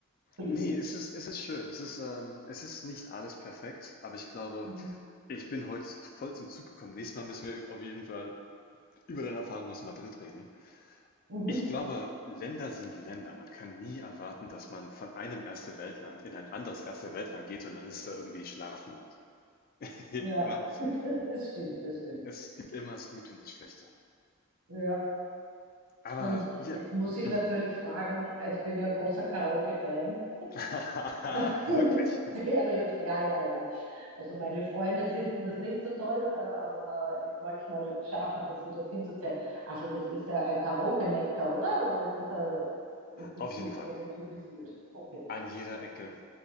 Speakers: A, on the right; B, on the left.
A: zu leben.
B: nee, es ist, es ist schön. Es ist, ähm, es ist nicht alles perfekt, aber ich glaube,
A: Mhm.
B: ich bin heute voll zum Zug gekommen. Nächstes Mal müssen wir auf jeden Fall über deine Erfahrung aus Madrid reden.
A: Mhm.
B: Ich glaube, Länder sind Länder. Man kann nie erwarten, dass man von einem Erste welt land in ein anderes Erste welt land geht und dann ist da irgendwie Schlaraffenland. <laughs>
A: Ja,
B: Na?
A: <laughs> das das stimmt, das stimmt.
B: Es gibt immer das Gute und das Schlechte.
A: Ja.
B: Aber
A: Und
B: ja,
A: jetzt muss ich
B: mhm.
A: natürlich fragen, ich bin ja großer Karaoke-Fan.
B: <laughs>
A: <laughs>
B: Wirklich.
A: Stereotyp, ja, ja, ja. Also meine Freunde finden das nicht so toll, äh, aber manchmal schaffe ich das, sie dorthin zu zerren. Also das ist ja ein Karaoke-Mecker, oder? Oder ist das, ein, ist das
B: Auf
A: zu
B: jeden
A: stereotypisiert?
B: Fall.
A: Okay.
B: An jeder Ecke.